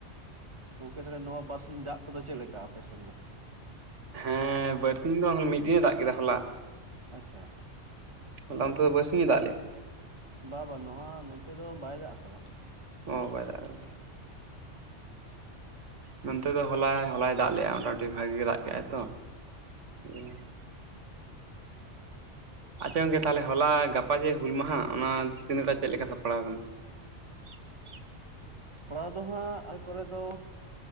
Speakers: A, on the right (about 25°); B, on the right (about 75°).
A: ᱜᱚᱢᱠᱮ ᱛᱟᱦᱚᱞᱮ ᱱᱚᱣᱟ ᱵᱟᱨᱥᱤᱧ ᱫᱟᱜ ᱠᱚᱫᱚ ᱪᱮᱫ ᱞᱮᱠᱟ ᱟᱯᱮ ᱥᱮᱫ ᱫᱚ
B: ᱦᱮᱸ ᱵᱟᱨᱛᱤᱤᱱ ᱫᱚ ᱢᱤᱫ ᱫᱤᱱᱮ ᱫᱟᱜ ᱠᱮᱫᱟ ᱦᱚᱞᱟ
A: ᱟᱪᱪᱷᱟ
B: ᱞᱟ ᱚᱱᱛᱮ ᱵᱟᱨᱥᱤᱝᱼᱮ ᱫᱟᱜ ᱞᱮᱜᱟ
A: ᱵᱟ ᱵᱟᱝ ᱱᱚᱣᱟ ᱱᱚᱛᱮ ᱫᱚ ᱵᱟᱭ ᱫᱟᱜ ᱟᱠᱟᱫᱟ
B: ᱚ ᱵᱟ ᱫᱟᱜ ᱛᱟᱦᱚᱞᱮ ᱱᱚᱱᱛᱮ ᱫᱚ ᱦᱚᱞᱟᱭ ᱦᱚᱞᱟᱭ ᱫᱟᱜ ᱞᱮᱜᱼᱟ ᱢᱚᱴᱟᱢᱩᱴᱤ ᱵᱷᱟᱜᱤ ᱜᱮ ᱫᱟᱜ ᱠᱮᱫᱟᱭ ᱛᱚ ᱦᱮᱸ ᱟᱪᱪᱷᱟ ᱜᱚᱝᱠᱮ ᱛᱟᱦᱚᱞᱮ ᱦᱚᱞᱟ ᱜᱟᱯᱟ ᱡᱮ ᱦᱩᱞ ᱢᱟᱦᱟ ᱚᱱᱟ ᱛᱤᱱᱟᱹᱜᱴᱟ ᱪᱮᱫ ᱞᱮᱠᱟ ᱥᱟᱯᱲᱟᱣ ᱟᱠᱟᱱᱟ <unintelligible>
A: ᱥᱟᱯᱲᱟᱣ ᱫᱚᱦᱟᱸᱜ ᱮ ᱠᱚᱨᱮ ᱫᱚ